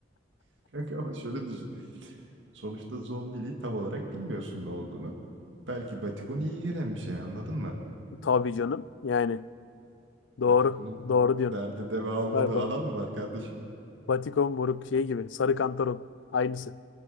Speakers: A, on the right (about 75°); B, on the left (about 75°).
A: <laughs> Kanka ama şöyle düşün. Sonuçta zombiliği tam olarak bilmiyorsun ne olduğunu. Belki batikon iyi gelen bir şey anladın mı?
B: <laughs> Tabii canım. Yani doğru.
A: Batikonun
B: Doğru
A: derde
B: diyorsun.
A: deva olmadığı
B: Bay bay.
A: alan mı var kardeşim?
B: Batikon moruk şey gibi. Sarı kantaron. Aynısı.